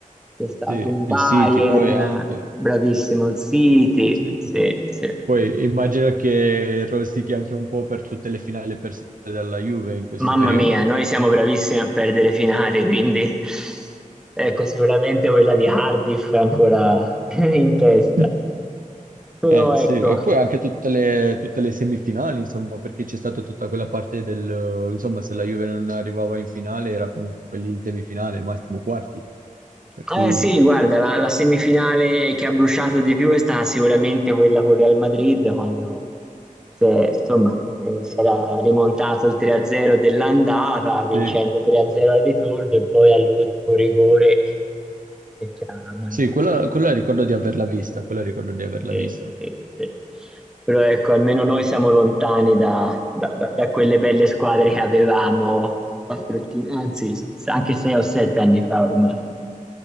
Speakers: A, in the centre; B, on the right.
A: c'è stato
B: sì,
A: un Bayern,
B: il City poi anche,
A: bravissimo il City,
B: sì.
A: sì, sì.
B: Poi immagino che rosichi anche un po' per tutte le finali perse dalla Juve in questo
A: Mamma
B: periodo.
A: mia, noi siamo bravissimi a perdere finali, quindi ecco, sicuramente quella di Cardiff è ancora <laughs> in testa.
B: <laughs>
A: Però
B: Eh,
A: ecco,
B: sì, e poi anche tutte le, tutte le semifinali, insomma, perché c'è stata tutta quella parte del, insomma, se la Juve non arrivava in finale era comunque lì in semifinale, massimo quarti. Per
A: Eh
B: cui,
A: sì, guarda, la, la semifinale che ha bruciato di più è stata sicuramente quella con Real Madrid, quando si è- insomma, eh, si era rimontato il 3-0 dell'andata, vincendo
B: sì,
A: 3-0 al ritorno e poi all'ultimo rigore che ci ha mandati.
B: sì, quella,
A: a-
B: quella ricordo di averla vista, quella ricordo di averla
A: eh,
B: vista.
A: sì, sì. sì. Però ecco, almeno noi siamo lontani da, da- da- da quelle belle squadre che avevamo 4, anzi anche 6 o 7 anni fa ormai.